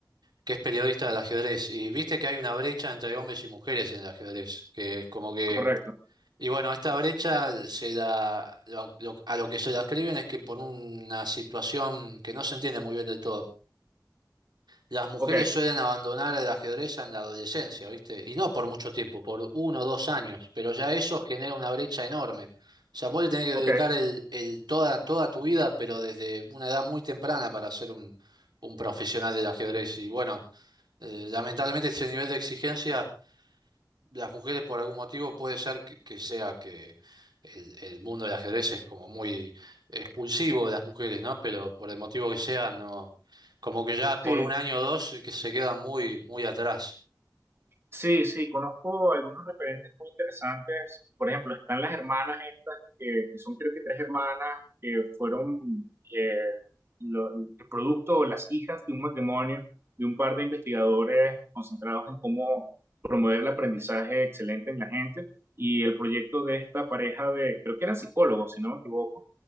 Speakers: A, on the right; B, on the right.
A: que es periodista del ajedrez, y viste que hay una brecha entre hombres y mujeres en el ajedrez, que es como que,
B: Correcto.
A: y bueno, esta brecha se la, lo- lo- a lo que se la escriben es que por una situación que no se entiende muy bien del todo, las mujeres
B: Ok,
A: suelen abandonar el ajedrez en la adolescencia, ¿viste? Y no por mucho tiempo, por uno o dos años, pero ya eso genera una brecha enorme. O sea, vos le tenés que
B: ok.
A: dedicar el, el toda, toda tu vida, pero desde una edad muy temprana para ser un, un profesional del ajedrez. Y bueno, eh, lamentablemente ese nivel de exigencia, las mujeres por algún motivo puede ser que, que sea que el, el mundo del ajedrez es como muy expulsivo de las mujeres, ¿no? Pero por el motivo que sea, no, como que ya por
B: Sí,
A: un año o dos eh, que se quedan muy, muy atrás.
B: Sí, sí, conozco algunos referentes muy interesantes. Por ejemplo, están las hermanas estas, que, que son creo que tres hermanas que fueron eh, lo- el producto o las hijas de un matrimonio de un par de investigadores concentrados en cómo promover el aprendizaje excelente en la gente. Y el proyecto de esta pareja de, creo que eran psicólogos, si no me equivoco